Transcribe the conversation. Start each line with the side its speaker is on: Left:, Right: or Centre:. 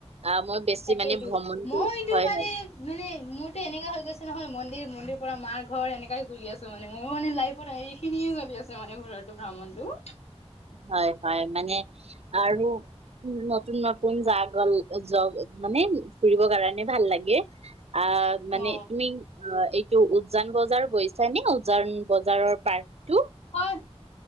Right: আ মই বেছি
Left: তাকেইটো
Right: মানে ভ্ৰমণ
Left: মও
Right: কৰি
Left: এইটো
Right: হয়
Left: মানে
Right: হয়।
Left: মানে মোৰতো এনেকা হৈ গৈছে নহয় মন্দিৰ মন্দিৰ পৰা মাৰ ঘৰ এনেকাই ঘুৰি আছোঁ। মানে মোৰো মানে লাইফত হেৰি খিনিয়ে চলি আছে মানে, ঘৰতো ভ্ৰমণটো।
Right: হয় হয়, মানে আৰু উম, নতুন নতুন জাগল জ মানে ফুৰিব কাৰণে ভাল লাগে। আক মানে
Left: অ
Right: তুমি আহ, এইটো উজান বজাৰ গৈছা নে, সেই উজান বজাৰৰ পাৰ্কটো?
Left: হয়,